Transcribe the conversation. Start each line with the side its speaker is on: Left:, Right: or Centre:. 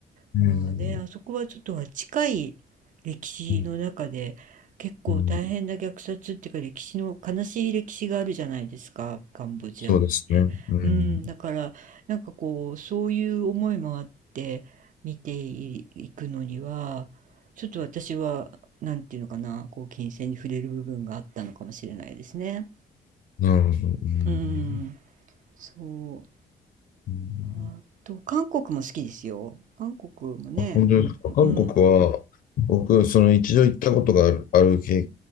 Left: えー、
Right: まあね、あそこはちょっとは近い歴史の中で結構大変な虐殺っていうか歴史の悲しい歴史があるじゃないですか、
Left: うん、うん。
Right: カンボジアって。
Left: そうですね。うん。
Right: うん、だからなんかこうそういう思いもあって見てい、くのにはちょっと私はなんていうのかな、こう金銭に触れる部分があったのかもしれないですね。
Left: なるほど。うん。
Right: うん、そう。
Left: うん
Right: あと韓国も好きですよ。韓国もね、
Left: あ本当ですか。
Right: うん、
Left: 韓国は、僕、その一度行ったことがある、ある経